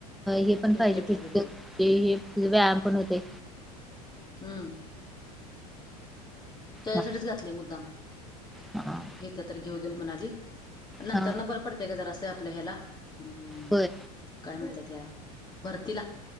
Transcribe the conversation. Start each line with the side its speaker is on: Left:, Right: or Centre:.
Centre: हे पण
Left: क्रिकेटला
Centre: पाहिजे फिट
Left: घेतले
Centre: ते हे तिज व्यायाम पण होतय.
Left: हू त्यासाठीच
Centre: हा
Left: घातले मुद्दाम
Centre: हा
Left: घेत्या तर घेऊ देल म्हणाली नंतरन
Centre: हा
Left: बरं पडतय गं जरासं आपलं हेला हू
Centre: होय
Left: काय म्हणतात तेला? भरतीला.